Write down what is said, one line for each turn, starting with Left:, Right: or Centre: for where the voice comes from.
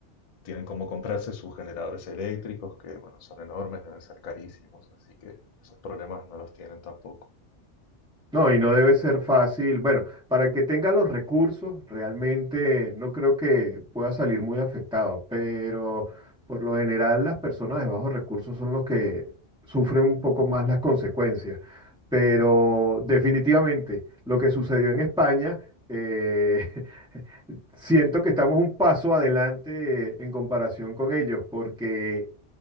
Left: tienen como comprarse sus generadores eléctricos, que bueno, son enormes, deben ser carísimos, así que esos problemas no los tienen tampoco.
Centre: No, y no debe ser fácil. Bueno, para el que tenga los recursos, realmente no creo que pueda salir muy afectado, pero por lo general las personas de bajos recursos son los que sufren un poco más las consecuencias. Pero definitivamente lo que sucedió en España... eh, <laughs> Siento que estamos un paso adelante en comparación con ellos, porque